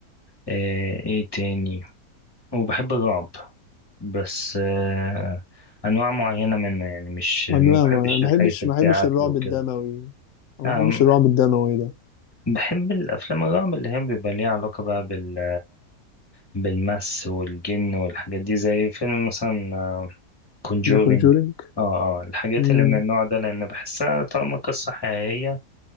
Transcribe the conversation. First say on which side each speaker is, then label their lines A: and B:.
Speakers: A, on the left; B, on the left.
A: آه، إيه تاني وبحب الرعب بس آه، أنواع معينة منه يعني مش ما
B: انا
A: بحبش
B: ما ما بحبش
A: الحاجات اللي
B: ما بحبش
A: فيها قتل
B: الرعب
A: وكده
B: الدموي أو
A: نعم،
B: ما بحبش الرعب الدموي ده
A: بحب الأفلام الرعب اللي هي بيبقى ليها علاقة بقى بال بالمس والجن والحاجات دي زي فيلم مثلا كونجورينج
B: ذا كونجورينج
A: اه اه الحاجات
B: امم
A: اللي من النوع ده لأن بحسها طالما قصة حقيقية